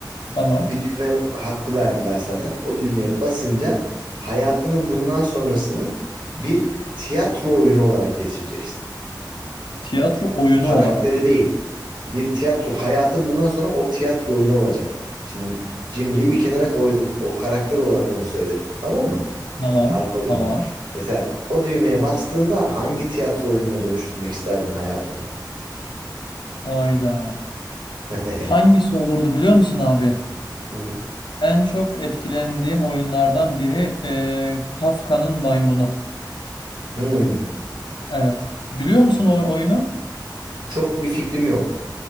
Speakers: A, on the left; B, on the right.
A: tamam.
B: Bir düğme hakkı verdiler sana. O düğmeye basınca hayatının bundan sonrasını bir tiyatro oyunu olarak geçireceksin.
A: Tiyatro oyunu
B: Karakteri
A: olarak.
B: değil. Bir tiyatro. Hayatın bundan sonra o tiyatro oyunu olacak. Şimdi Cimri'yi bir kenara koyduk. O karakter olarak onu söyledim. Tamam mı?
A: Tamam.
B: Harp Agunu.
A: Tamam.
B: Mesela o düğmeye bastığında hangi tiyatro oyununa dönüştürmek isterdin hayatını?
A: Hayda.
B: <laughs>
A: Hangisi olurdu biliyor musun abi?
B: Hı.
A: En çok etkilendiğim oyunlardan biri eee, Kafka'nın Maymunu.
B: Hı.
A: Evet. Biliyor musun o oyunu?
B: Çok bir fikrim yok.